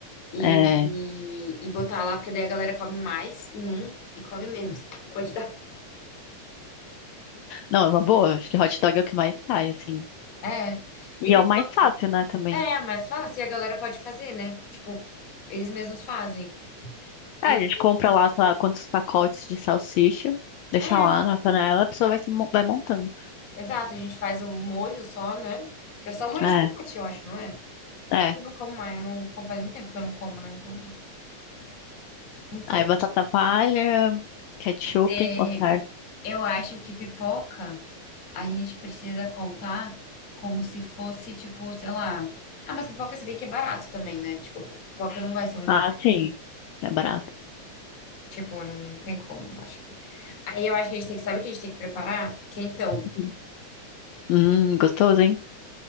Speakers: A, on the left (about 40°); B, on the left (about 75°).
A: e,
B: É,
A: e botar lá, porque daí a galera come mais em um e come menos <laughs> quantidade.
B: não, é uma boa. Acho que hot dog é o que mais sai, assim.
A: É. E
B: E
A: pipoca
B: é o mais fácil, né, também.
A: é mais fácil e a galera pode fazer, né? Tipo, eles mesmos fazem.
B: É,
A: E,
B: a gente compra lá, sei lá, quantos pacotes de salsicha, deixa
A: é,
B: lá na panela, a pessoa vai, se mo- vai montando.
A: Exato, a gente faz o molho só, né? Que é só molho
B: É,
A: de tomate, eu acho, não é?
B: é.
A: Eu não como mais, eu não como faz muito tempo que eu não como, né? Então, não sei.
B: Aí batata palha, ketchup,
A: É,
B: mostarda.
A: eu acho que pipoca a gente precisa contar como se fosse, tipo, sei lá. Ah, mas pipoca se bem que é barato também, né? Tipo, pipoca não vai ser um.
B: Ah, sim, é barato.
A: Tipo, não tem como, acho que. Aí eu acho que a gente tem que, sabe o que a gente tem que preparar? Quentão.
B: Uhum. Hum, gostoso, hein?